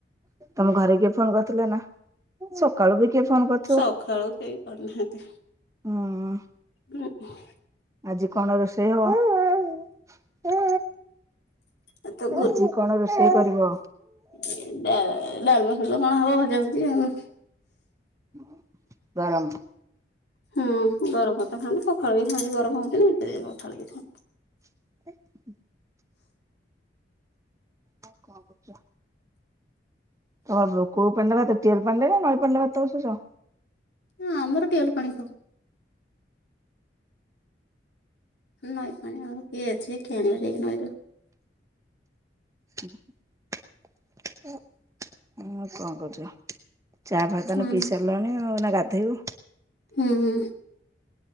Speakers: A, on the right; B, on the left.
A: ତମ ଘରେ କିଏ ଫୋନ୍ କରିଥିଲେ ନା? ସକାଳୁ ବି କିଏ ଫୋନ୍ କରୁଥିବ?
B: ସକାଳୁ କେହି କରିନାହାନ୍ତି
A: ହୁଁ।
B: ହୁଁ ଉ।
A: ଆଜି କଣ ରୋଷେଇ ହବ?
B: ଏ ତ
A: ଆଜି କଣ ରୋଷେଇ କରିବ?
B: ଏ ଡା-ଡାଲମା ଫାଲମା, କଣ ହବ ଭଜା ଭଜି ଆଉ।
A: <inaudible> ଗରମ।
B: ହୁଁ, ଗରମ ଭାତ ଖାଆନ୍ତି। ପଖାଳ ବି ଖାଆନ୍ତି, ଗରମ ହଉଛି ନା ହେଥି ପାଇଁ ପଖାଳିବି ଖାଆନ୍ତି।
A: <inaudible> ହଉ କଣ କରୁଛ? ତମର କୋଉ ପାଣି ରେ ଭାତ, ଟିୱେଲ୍ ପାଣିରେ ନଈ ପାଣିଲେ ଭାତ ବସଉଚ?
B: ହୁଁ, ଆମର ଟିୱଲ ପାଣି ଖାଉ। ନଈ ପାଣି ଆମର କିଏ ଅଛି? କିଏ ଆଣିବ ଯାଇକି ନଈରୁ?
A: <inaudible> ଉଁ, କଣ କରୁଛ? ଚା' ଫା ତାନେ
B: ହୁଁ
A: ପିଇ ସାରିଲଣି ଆଉ, ଏନା ଗାଧେଇବ।
B: ହୁଁ ଉଁ